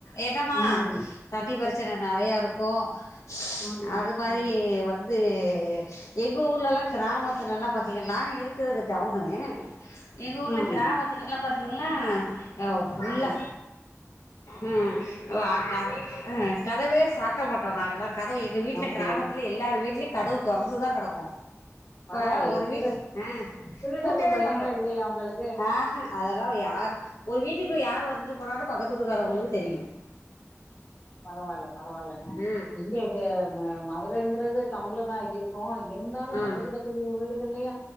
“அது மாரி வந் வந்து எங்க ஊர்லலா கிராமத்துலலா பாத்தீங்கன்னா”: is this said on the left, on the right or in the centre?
Left